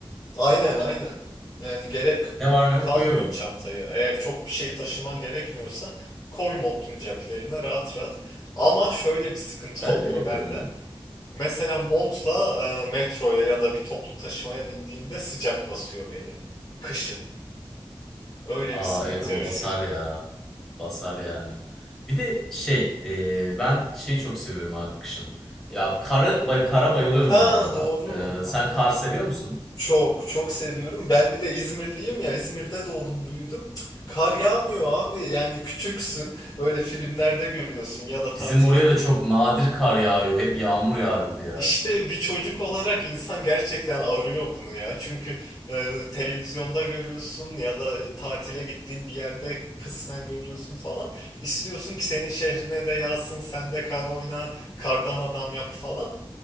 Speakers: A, on the left; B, in the centre.
A: Aynen aynen. Yani gerek
B: Ne var ne yok
A: kalmıyor
B: koyuyorum.
A: çantayı. Eğer çok bir şey taşıman gerekmiyorsa koy montun ceplerine rahat rahat. Ama şöyle bir sıkıntı
B: Ben
A: <laughs> oluyor
B: hep öyle yapıyorum
A: bende.
B: ya.
A: Mesela montla e, metroya ya da bir toplu taşımaya bindiğinde sıcak basıyor beni. Kışın. Öyle
B: Aa
A: bir sıkıntı
B: evet ama
A: yaşıyorum.
B: basar ya. Basar yani. Bir de şey e, ben şeyi çok seviyorum abi kışın. Ya karı, bay, kara bayılıyorum
A: Ha
B: bu arada.
A: doğru.
B: E,
A: Aynen.
B: sen kar seviyor musun?
A: Çok çok seviyorum. Ben bir de İzmirliyim ya. İzmir'de doğdum, büyüdüm. Kar yağmıyor abi. Yani küçüksün. Böyle filmlerde görüyorsun ya da
B: Bizim
A: tatile
B: oraya
A: git.
B: da çok nadir kar yağıyor. Hep yağmur yağıyordu ya.
A: İşte bir çocuk olarak insan gerçekten arıyor bunu ya. Çünkü e, televizyonda görüyorsun ya da tatile gittiğin bir yerde kısmen görüyorsun falan. İstiyorsun ki senin şehrine de yağsın, sen de kar oyna, kardan adam yap falan.